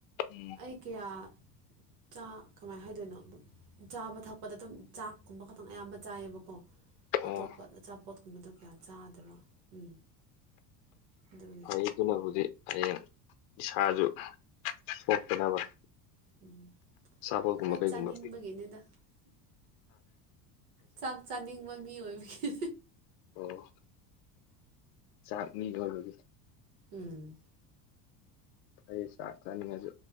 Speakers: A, on the left; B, on the right.
A: ꯎꯝ
B: ꯑꯩ ꯀꯌꯥ ꯆꯥ ꯀꯃꯥꯏꯅ ꯍꯥꯏꯗꯣꯏꯅꯣ ꯑꯗꯨꯝ ꯆꯥꯕ ꯊꯛꯄꯗ ꯑꯗꯨꯝ ꯆꯥꯛꯀꯨꯝꯕ ꯈꯛꯇꯪ ꯑꯌꯥꯝꯕ ꯆꯥꯏꯌꯦꯕꯀꯣ
A: ꯑꯣ
B: ꯑꯇꯣꯞꯄꯗ ꯑꯆꯥ ꯄꯣꯠꯀꯨꯝꯕꯗꯣ ꯀꯌꯥ ꯆꯥꯗꯕ ꯎꯝ ꯑꯗꯨꯒꯤ
A: ꯐꯩ ꯑꯗꯨꯅꯕꯨꯗꯤ ꯍꯌꯦꯡ ꯏꯁꯥꯁꯨ ꯁꯣꯛꯇꯅꯕ
B: ꯎꯝ
A: ꯑꯆꯥꯄꯣꯠꯀꯨꯝꯕ
B: ꯈꯔ
A: ꯀꯩꯒꯨꯝꯕ
B: ꯆꯥꯅꯤꯡꯕꯒꯤꯅꯦꯗ ꯆꯥꯛ ꯆꯥꯅꯤꯡꯕ ꯃꯤ ꯑꯣꯏꯕꯒꯤ
A: ꯑꯣ ꯆꯥꯛ ꯃꯤ ꯂꯣꯏꯕꯒꯤ
B: ꯎꯝ꯫
A: ꯑꯩ ꯆꯥꯛ ꯆꯥꯅꯤꯡꯉꯁꯨ